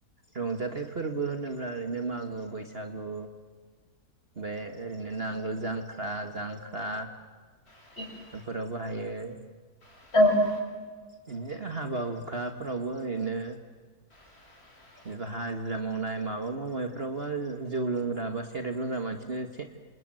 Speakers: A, on the right; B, on the left.
A: रंजाथाइ फोरबो होनोब्ला ओरैनो मागो बैसागु बे ओरैनो नांगोल जांख्रा जांख्रा
B: <inaudible>
A: एफोराव बाहायो।
B: <unintelligible>
A: बिदिनो हाबा हुखाफोरावबो ओरैनो
B: <inaudible>
A: एबा हाजिरा मावनाय माबा मावनायफोरावबो जौ लोंग्रा बा सेरेब लोंग्रा मानसिनो एसे